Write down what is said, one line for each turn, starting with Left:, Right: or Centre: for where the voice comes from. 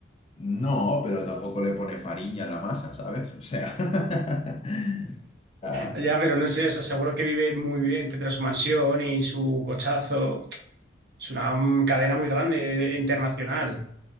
Left: No, pero tampoco le pone fariña a la masa, ¿sabes? O sea, <laughs> ah,
Right: Ya, pero no sé, o sea, seguro que vive muy bien, tendrá su mansión y su cochazo. Es una mm, cadena muy grande, de- internacional.